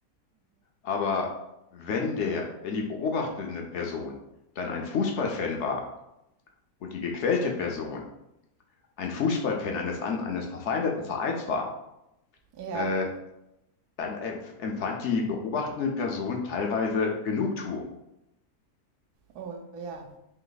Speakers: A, on the left; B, on the right.
A: Aber wenn der, wenn die beobachtende Person dann ein Fußballfan war und die gequälte Person ein Fußballfan eines, an- eines verfeindeten Vereins war,
B: ja,
A: äh, dann empf- empfand die beobachtende Person teilweise Genugtuung.
B: oh ja,